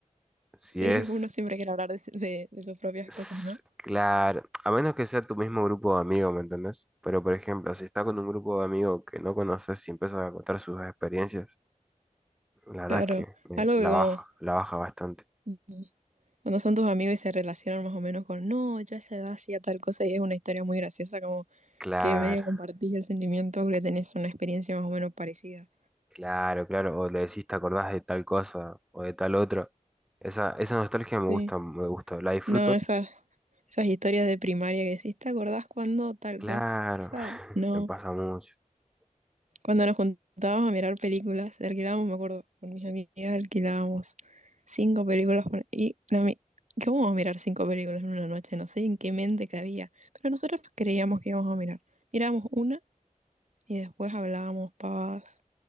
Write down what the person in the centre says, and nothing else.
Si
es
S-
Claro, a menos que sea tu mismo grupo de amigos, ¿me entendés? Pero, por ejemplo, si está con un grupo de amigos que no conoces y empiezas a contar sus experiencias, la verdad
es que eh,
la
baja, la baja bastante.
Claro,
claro, claro. O le decís, te acordás de tal cosa o de tal otra. Esa, esa nostalgia me
gusta, me gusta. La disfruto,
claro,
<laughs>
me pasa mucho.